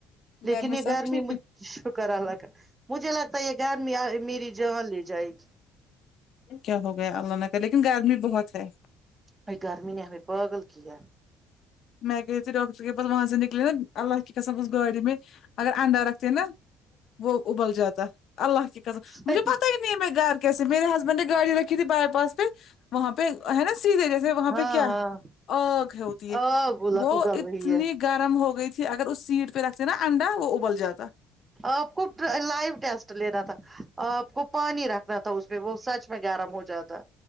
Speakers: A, on the right (about 25°); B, on the left (about 60°).
A: لیکن
B: گھر میں
A: یہ
B: سب
A: گرمی
B: ٹھیک
A: مجھ
B: ہے
A: شکراللہ کا مجھے لگتا ہے یہ گرمیاں میری جان لے جائے گی
B: کیا ہو گیا اللہ نے کہ لیکن گرمی بہت ہے
A: بائی گرمی نے ہمیں پاگل کیا ہے
B: میں گیے تھی ڈاکٹر کے پاس وہاں سے نکلے نا اللہ کی کسم اس گاڑی میں اگر انڈا رک تھ نا وہ ابل جاتا اللہ کی کسم
A: صحیح
B: مجھے پتا ہی نہیں نہیں میں گھر کیسے میرے ہسبینڈ نے گاڑی رکھی تھی بائی پاس پہ وہاں پہ ہے نا سیدھے جیسے وہاں
A: ہاں
B: پہ کیا
A: ہاں
B: آگ ہوتی
A: آگ
B: ہے
A: ابل
B: وہ اتنی
A: رہی ہے
B: گرم ہو گئی تھی اگر اس سیٹ پہ رکھتے نا انڈا وہ ابل جاتا
A: آپ کو لائیو ٹیسٹ لینا تھا آپ کو پانی رکھنا تھا اس میں وہ سچ میں گرم ہو جاتا